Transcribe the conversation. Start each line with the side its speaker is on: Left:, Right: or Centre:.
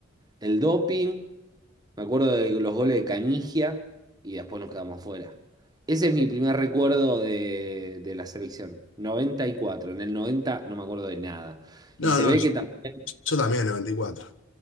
Right: el doping. Me acuerdo de los goles de Canigia y después nos quedamos fuera. Ese es mi primer recuerdo de, de la selección. noventa y cuatro. En el 90 no me acuerdo de nada.
Left: No,
Right: Y se
Left: no,
Right: ve
Left: yo,
Right: que también.
Left: yo también, noventa y cuatro